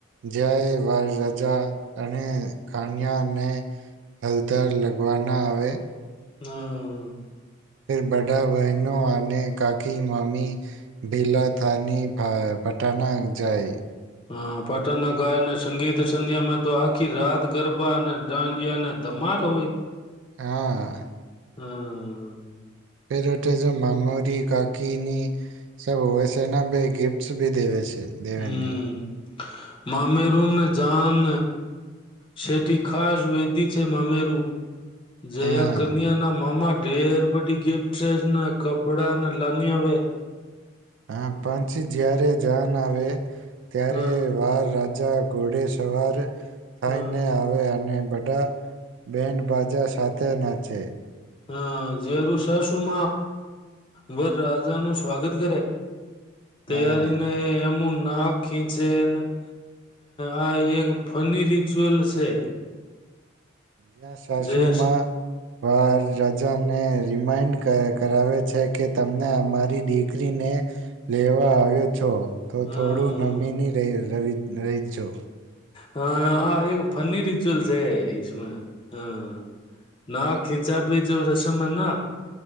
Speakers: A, on the right; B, on the left.
A: જાય વાર રજા અને ખાાનિયા ને હલદર લગવાના આવે.
B: હા.
A: બડા બહેનો અને કાકી, મામી ભેલા થાની પાટન જાય.
B: હા, પાટણના ગાયને સંગીત સંધ્યામાં તો આખી રાત ગરબા અને દાંડિયાને ધમાલ હોય.
A: હા.
B: હમ્મ.
A: ફેરતે જો મામાદિક કાકીની સબ હોય છે એના બે ગિફ્ટસ ભી દેવે છે. દેવેનની
B: હમ્મ. મામેંરુને જાન સટી ખાસ વેદી છે મામેંરુ. જયા
A: હા
B: કન્યાના મામા ડેર બડી ગિફ્ટ ને કપડા ને લાની હવે
A: હા પંછી જ્યારે જાન આવે. ત્યારે
B: હમ
A: વાર રાજ જં ઘોડે સવાર થાય
B: હમ
A: ને આવે અને બધા બેન્ડબાજા સાથે નાચે.
B: હા જરું શ શુમ, વરરાજા નું સ્વાગત કરે. તૈયારી
A: હા
B: ને એમું નાક ખીચેના, આ એક ફની રિચુઅલ છે.
A: જ્યાં સાસુમાં
B: જયેશ
A: વાર રાજા ને રિમાઈન્ડ કરાવે છે કે તમને અમારી દીકરીને, લેવા આવ્યો છો. તો
B: હમ
A: થોડું નમીની રહીજો.
B: હા હ એક ફન્ની રિચુઅલ છે. રિઝમલ હા. ના ખીંચા ભી જો રસમના.